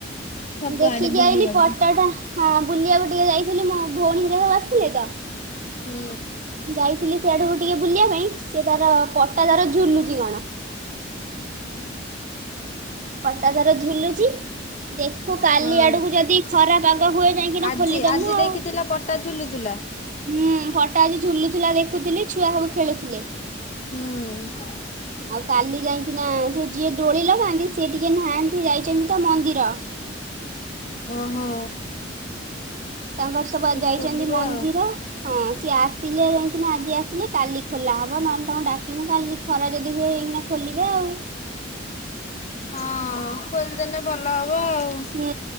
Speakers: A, on the left; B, on the right.
A: ସବୁ
B: ଦେଖିକି
A: ଆଡେ ବୁଲିବାକୁ।
B: ଆଇିଲି ପଟାଟା ହଁ ବୁଲିବାକୁ ଟିକେ ଯାଇଥିଲି ମୋ ଭଉଣୀରେ ସବୁ ଆସିଥିଲେ ତ।
A: ହୁଁ
B: ଯାଇଥିଲି ସେଆଡକୁ ଟିକେ ବୁଲିବା ପାଇଁ ସେ ତାର ପଟା ତାର ଝୁଲୁଛି କଣ। ପଟା ତାର ଝୁଲୁଚି ଦେଖୁ କାଲି
A: ହଁ
B: ଆଡକୁ ଯଦି ଖରା ପାଗ ହୁଏ ଯାଇକିନା
A: ଆଜି
B: ଖୋଲିଦମୁ
A: ଆଜି
B: ଆଉ
A: ଦେଖିଥିଲ ପଟା ଝୁଲୁଥିଲା?
B: ହୁଁ ଫଟା ଆଜି ଝୁଲୁଥିଲା ଦେଖୁଥିଲି ଛୁଆ ସବୁ ଖେଳୁଥିଲେ।
A: ହୁଁ
B: ଆଉ କାଲି ଯାଇକି ନା ସେ ଯିଏ ଡୋଳିିଲ ନାନ୍ତି ସେ ଟିକେ ନାହାନ୍ତି ଯାଇଛନ୍ତି ତ ମନ୍ଦିର।
A: ଓହୋ
B: ତାଙ୍କର ସବୁ
A: ସେ
B: ଯାଇଛନ୍ତି
A: ଖୋଲିବେ
B: ମନ୍ଦିର।
A: ଆଉ।
B: ହଁ ସିଏ ଆସିଲେ ଯାଇକି ଆଜି ଆସିଲେ କାଲି ଖୋଲା ହବ ନହେଲେ ତମକୁ ଡାକିବୁ କାଲି। ଖରା ଯଦି ହୁଏ ହେଇକିନା ଖୋଲିବେ ଆଉ
A: ହଁ ଖୋଲିଦେଲେ ଭଲ ହବ ଆଉ।
B: ହୁଁ